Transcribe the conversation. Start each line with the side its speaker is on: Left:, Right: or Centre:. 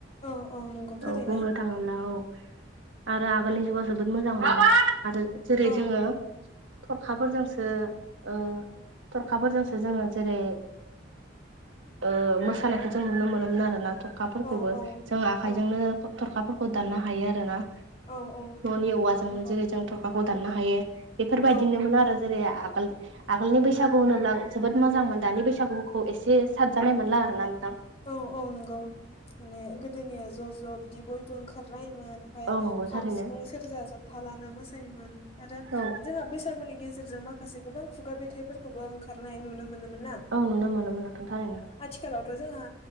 Left: औ औ नंगौ थारैनो
Right: औ बुंनो थाङोब्ला औ आरो आगोलनि जुगा जोबोद मोजां मोनो आरो जेरै
Left: औ
Right: जोंङो थरखाफोरजोंसो ओ थरखाफोरजोंसो जोंङो जेरै ओ मोसानायखौ जों नुनो मोनोमोन आरोनाथ थरखाफोरखौबो
Left: औ औ
Right: जों आखाइजोंनो
Left: औ
Right: थरखाफोरखौ दाननो हायो आरो ना
Left: औ औ
Right: न'नि औवाजोंनो
Left: नंगौ
Right: जेरै जों थरखाखौ दाननो हायो बेफोर
Left: औ
Right: बायदिनोमोन आरो जेरै आ आगोल आगोलनि बैसागु होनोब्ला जोबोद मोजांमोन दानि बैसागुखौ एसे साबजानाय मोनला आरो ना
Left: औ औ नंगौ माने गोदोनिया ज' ज' बिदि बयबो ओंखारलायो मोन ओमफ्राय
Right: औ नंगौ
Left: खाम
Right: थारैनो
Left: सिफुं सेरजा जथा लाना मोसायोमोन आरो
Right: औ
Left: जोंहा बैसागुनि गेज गेजेरजों माखासे गोबां खुगा मेथाइफोरखौबो ओंखारनाय नुनो मोनो मोनना
Right: औ नुनो मोनोमोन नोंथां थारैनो
Left: आथिखालाव जोंहा